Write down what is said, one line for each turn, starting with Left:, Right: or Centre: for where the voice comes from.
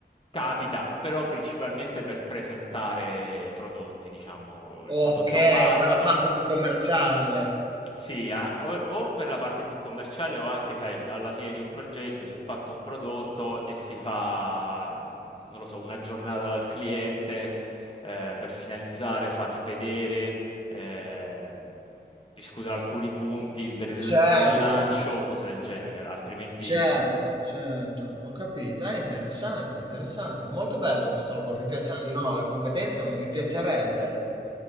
Left: capita, però principalmente per presentare prodotti, diciamo,
Right: Ok,
Left: il prodotto fatto,
Right: per la parte più commerciale.
Left: sì, a- o, o per la parte più commerciale o anche, sai, f- alla fine di un progetto si è fatto un prodotto e si fa, mh, non lo so, una giornata dal cliente eh, per finalizzare, far vedere, ehm, discutere alcuni punti per il,
Right: Certo,
Left: per il lancio, cose del genere, altrimenti
Right: certo,
Left: no.
Right: certo. Ho capito. È interessante, interessante. Molto bello questo
Left: Eh,
Right: lavoro. Mi piacerebbe.
Left: eh.
Right: Io non ho le competenze, ma mi piacerebbe.